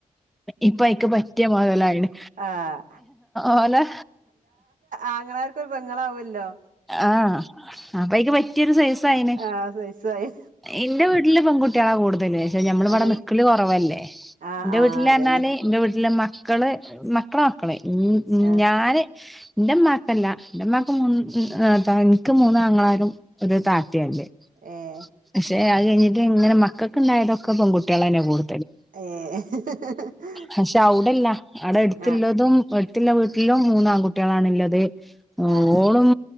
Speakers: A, in the centre; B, on the right.
A: ഇപ്പയ്ക്ക് പറ്റിയ മുതലായിണ്
B: ആഹ്
A: ഓലെ
B: ആങ്ങളാർക്കൊരു പെങ്ങളാവല്ലോ
A: ആഹ് അപ്പയ്ക്ക് പറ്റിയൊരു സെയ്‌സയിണ്
B: ആഹ് സൈസായി
A: ഇന്റെ വീട്ടില് പെങ്കുട്ടി ട്ട്യാളാ കൂടുതല് ക്ഷേ നമ്മളിവിടെ
B: ആണ്
A: നിക്കല് കുറവല്ലേ
B: ആഹ്
A: ന്റെ
B: ആഹ്
A: വീട്ടില്ർന്നാല്
B: അതന്നെ
A: ന്റെ വീട്ടില് മക്കള് മക്കളെ മക്കള്
B: ആഹ്
A: ഞാന് ന്റെമ്മാക്കല്ല ന്റെമ്മാക്ക് മൂന്ന് ൻക്ക് മൂന്നാങ്ങളാരും ഒരു താത്തയാല്ലേ
B: ഏഹ്
A: പക്ഷെ അത് കഴിഞ്ഞിട്ട് ങ്ങള് മക്കക്ക്ണ്ടായതൊക്കെ പെൺകുട്ട്യാളെന്നെ കൂടു
B: ഏഹ്
A: പക്ഷെ അവ്ടെല്ല അവിടെ എടുത്തില്ലതും
B: ആഹ്
A: എട്ത്തില്ല വീട്ടിലും മൂന്നാൺകുട്ട്യാളാണ്ള്ളത്
B: ആഹ്
A: ഓളും